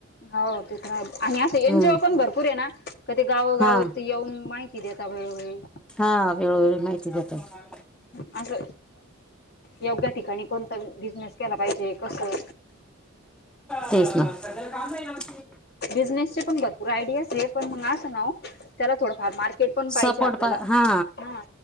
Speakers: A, on the left (about 50°); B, in the centre.
A: हो तिथ आहे आणि असं एन
B: हम्म
A: जीओ पण भरपूर आहे ना. क ते गावं गाव
B: हा
A: येऊन माहिती दे आता वेळवेळी.
B: हा वेळोवेळी माहिती देतात
A: असं योग्या ठिकाणी कोणता बिझनेस केला पाहिजे कसं.
B: तेच ना. सग काम नाही आमची.
A: बिझनेसचे पण भरपूर आयडियाज आहे पण मग असं ना त्याला थोडंफार मार्केट. केट पण पाहिजे
B: सपोर्ट
A: आपल्याला
B: पा हा
A: हा